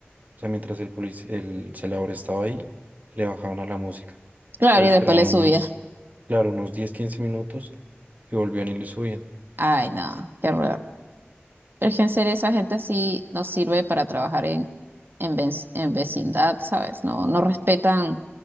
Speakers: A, on the right (about 40°); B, on the right (about 60°).
A: o sea, mientras el polic- el celador estaba ahí, le bajaban a la música,
B: Claro,
A: pero esperaban
B: y después le
A: unos,
B: subía,
A: claro, unos 10 15 minutos y volvían y le subían.
B: ay, no, qué horror. Es que en serio esa gente sí nos sirve para trabajar en, en, vec- en vecindad, ¿sabes? No, no respetan